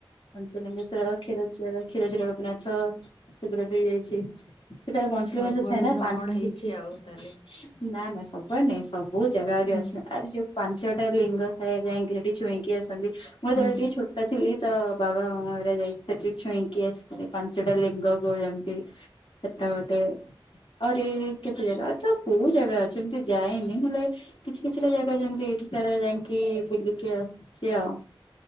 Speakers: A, on the left; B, on the left.
A: ପଞ୍ଚଲିଙ୍ଗେଶ୍ଵର କ୍ଷୀରଚୋରା କ୍ଷୀରଚୋରା ଗୋପୀନାଥ ସେଗୁଡା ବି ଯାଇଛି ସେଟା <unintelligible>
B: ସବୁଆଡେ ଭ୍ରମଣ ହେଇଛି ଆଉ ତାହେଲେ
A: ନା ନା ସବୁ ଆଡ଼େ ନାଇଁ ସବୁ ଜାଗା
B: ହୁଁ
A: ଅଛି ଆ ଯୋଉ ପାଞ୍ଚଟା ଲିଙ୍ଗ ଥାଏ ଯାଇକି ହେଠି ଛୁଇଁକି ଆସନ୍ତି ମୁଁ ଯେତେବେଳେ
B: ହୁଁ
A: ଟିକେ ଛୋଟ ଥିଲି- ତ ବାବା ଘରିକା ସେଠି ଛୁଇଁକି ଆସିଥିଲେ ପାଞ୍ଚଟା ଲିଙ୍ଗ <unintelligible> ସେଟା ଗୋଟେ ଆହୁରି କେତେ ଜାଗା ତ କୋଉ ଜାଗା ଅଛି ଏମିତି ଯାଏନି ହେଲେ କିଛି କିଛିଟା ଜାଗା ଯେମିତି ଏଠି ସାର ଯାଇକି ବୁଲିକି ଆସିଛି ଆଉ